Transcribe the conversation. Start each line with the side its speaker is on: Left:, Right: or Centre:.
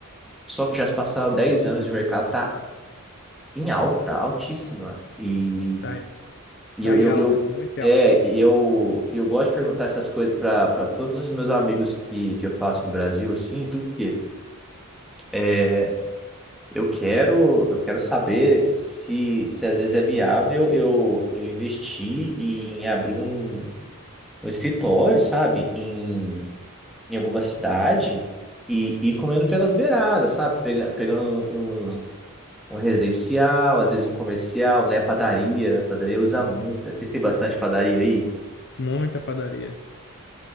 Centre: Só que já se passaram 10 anos de mercado, tá em alta, altíssima. E
Left: Tá, em-
Centre: E
Left: tá
Centre: eu,
Left: em
Centre: eu,
Left: alta,
Centre: eu,
Left: muito em
Centre: é,
Left: alta.
Centre: e eu, e eu gosto de perguntar essas coisas para para todos os meus amigos que, que eu faço no Brasil, assim, porque é, eu quero, eu quero saber se, se às vezes é viável eu, eu investir em abrir um, um escritório, sabe, em, em alguma cidade e e ir comendo pelas beiradas, sabe, Pega, pegando um, um, um residencial, às vezes um comercial, né, padaria, padaria usa muito, né? Vocês têm bastante padaria aí?
Left: Muita padaria.